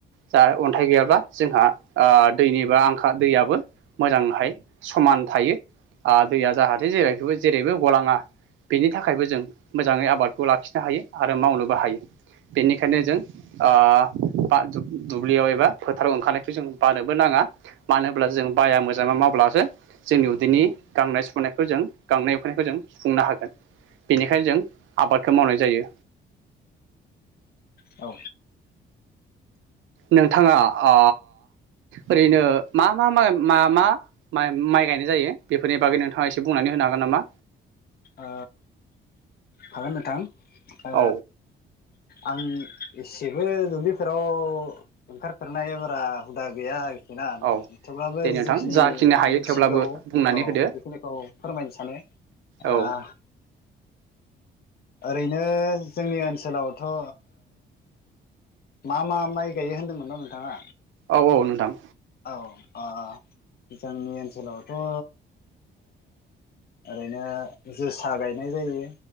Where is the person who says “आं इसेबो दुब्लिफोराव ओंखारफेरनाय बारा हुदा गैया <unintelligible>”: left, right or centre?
Left